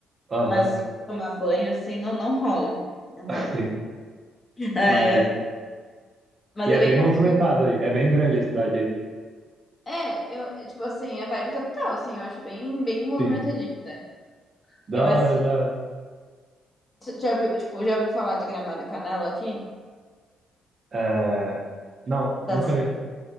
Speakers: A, on the right (about 40°); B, on the left (about 30°).
A: Aham,
B: Mas tomar banho, assim, não, não rola. Não rola.
A: <laughs> sim.
B: É,
A: Mas.
B: mas
A: E
B: é
A: é bem
B: bem
A: movimentado
B: pertinho.
A: aí. É bem grande a cidade aí.
B: É, eu, tipo assim, é vibe capital, assim, eu acho bem, bem movimentadinho,
A: Sim.
B: né?
A: Da
B: Eu
A: hora,
B: mas,
A: da hora.
B: já ouviu, tipo, já ouviu falar de Gramado e Canela aqui?
A: É... Não,
B: Da,
A: nunca
B: Se-
A: vi.